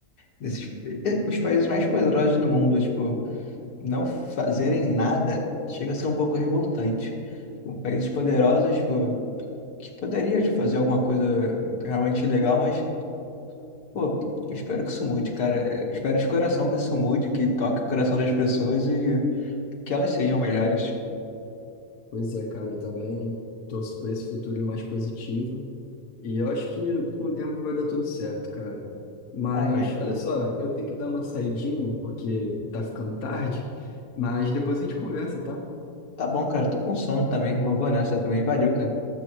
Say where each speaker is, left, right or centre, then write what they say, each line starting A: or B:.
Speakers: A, on the left; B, on the left.
A: desses, eh, os países mais poderosos do mundo, tipo, não fazerem nada chega a ser um pouco revoltante. Tipo, países poderosos, tipo, que poderia te fazer alguma coisa realmente legal, mas, pô, eu espero que isso mude, cara. É, Eu espero de coração que isso mude, que toque o coração das pessoas e que elas sejam melhores.
B: Pois é, cara, eu também torço por esse futuro mais positivo. E eu acho que com o tempo vai dar tudo certo, cara. Mas
A: Amém.
B: olha só, eu tenho que dar uma saidinha porque tá ficando tarde, mas depois a gente conversa, tá?
A: Tá bom, cara. Tô com sono também. Vou vou nessa também. Valeu, cara.